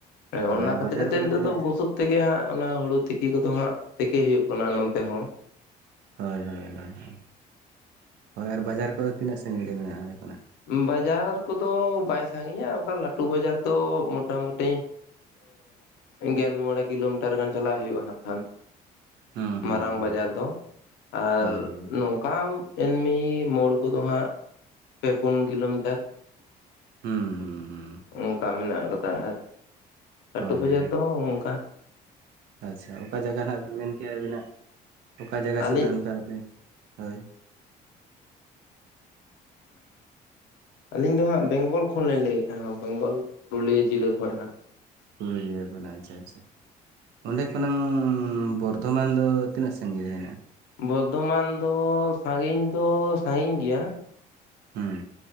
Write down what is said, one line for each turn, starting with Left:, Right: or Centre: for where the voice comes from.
Left: ᱦᱮᱸ
Right: ᱦᱳᱭ
Left: ᱚᱱᱟ
Right: ᱟᱨ
Left: ᱠᱷᱟᱹᱛᱤᱨ
Right: ᱵᱟᱡᱟᱨ
Left: ᱛᱮ
Right: ᱠᱚᱫᱚ
Left: ᱱᱤᱛᱚᱜ
Right: ᱛᱤᱱᱟᱹᱜ
Left: ᱫᱚ ᱵᱩᱥᱩᱵ ᱛᱮᱜᱮ ᱦᱟᱸᱜ ᱚᱱᱟ ᱦᱩᱲᱩ ᱛᱤᱠᱤ ᱠᱚᱫᱚ ᱦᱟᱸᱜ ᱛᱤᱠᱤ ᱦᱩᱭᱩᱜ ᱠᱟᱱᱟ ᱱᱚᱱᱛᱮ ᱦᱚᱸ᱾
Right: ᱦᱳᱭ ᱦᱳᱭ ᱦᱳᱭ ᱦᱳᱭ ᱟᱨ ᱵᱟᱡᱟᱨ ᱠᱚᱫᱚ ᱛᱤᱱᱟᱹᱜ ᱥᱟᱺᱜᱤᱧ ᱨᱮ ᱢᱮᱱᱟᱜᱼᱟ ᱚᱸᱰᱮ ᱠᱷᱚᱱᱟᱜ?
Left: ᱵᱟᱡᱟᱨ ᱠᱚᱫᱚ ᱵᱟᱭ ᱥᱟᱺᱜᱤᱧᱟ, ᱚᱝᱠᱟ ᱞᱟᱹᱴᱩ ᱵᱟᱡᱟᱨ ᱫᱚ ᱢᱚᱴᱟᱢᱩᱴᱤ ᱮᱸ ᱜᱮᱞ ᱢᱚᱬᱮ ᱠᱤᱞᱳᱢᱤᱴᱟᱨ ᱜᱟᱱ ᱪᱟᱞᱟᱜ ᱦᱩᱭᱩᱜᱼᱟ ᱦᱟᱸᱜ ᱠᱷᱟᱱ᱾
Right: ᱦᱩᱸ ᱦᱩᱸ
Left: ᱢᱟᱨᱟᱝ
Right: ᱦᱩᱸ
Left: ᱵᱟᱡᱟᱨ ᱫᱚ ᱟᱨ
Right: ᱦᱳᱭ ᱦᱳᱭ
Left: ᱱᱚᱝᱠᱟᱱ ᱮᱢᱱᱢᱤ ᱢᱳᱲ ᱠᱚᱫᱚ ᱦᱟᱸᱜ ᱯᱮ ᱯᱩᱱ ᱠᱤᱞᱳᱢᱤᱴᱟᱨ᱾
Right: ᱦᱮᱸ ᱦᱩᱸ ᱦᱩᱸ
Left: ᱚᱱᱴᱝᱠᱟ ᱢᱮᱱᱟᱜ ᱠᱟᱫᱟ ᱟᱨ ᱞᱟᱹᱴᱩ
Right: ᱦᱳᱭ
Left: ᱵᱟᱡᱟᱨ
Right: ᱦᱳᱭ
Left: ᱫᱚ ᱚᱝᱠᱟ
Right: ᱟᱪᱪᱷᱟ ᱚᱠᱟ ᱡᱟᱭᱜᱟ ᱱᱟᱜ ᱵᱤᱱ ᱢᱮᱱᱠᱮᱜᱼᱟ ᱟᱹᱵᱤᱱᱟᱜ ᱚᱠᱟ ᱡᱟᱭᱜᱟ
Left: ᱟᱹᱞᱤᱧ
Right: ᱥᱩᱨ ᱨᱮᱱ ᱠᱟᱱᱟ ᱵᱤᱱ ᱦᱳᱭ᱾
Left: ᱟᱹᱞᱤᱧ ᱫᱚ ᱦᱟᱸᱜ ᱵᱮᱝᱜᱚᱞ ᱠᱷᱚᱱᱞᱤᱧ ᱞᱟᱹᱭᱮᱜᱼᱟ ᱵᱮᱝᱜᱚᱞ ᱯᱩᱨᱩᱞᱤᱭᱟᱹ ᱡᱤᱞᱟᱹ ᱠᱷᱚᱡ ᱦᱟᱸᱜ᱾
Right: ᱯᱩᱨᱟᱹᱩᱞᱤᱭᱟᱹ ᱠᱷᱚᱱᱟᱜ ᱟᱪᱪᱷᱟ ᱟᱪᱪᱷᱟ᱾ ᱚᱸᱰᱮ ᱠᱷᱚᱱᱟᱝ ᱵᱚᱨᱫᱷᱚᱢᱟᱱ ᱫᱚ ᱛᱤᱱᱟᱹᱜ ᱥᱟᱺᱜᱤᱧ ᱨᱮ ᱦᱮᱱᱟᱜᱼᱟ?
Left: ᱵᱚᱨᱫᱷᱚᱢᱟᱱ ᱫᱚ ᱥᱟᱺᱜᱤᱧ ᱫᱚ ᱥᱟᱺᱜᱤᱧ ᱜᱮᱭᱟ᱾
Right: ᱦᱩᱸ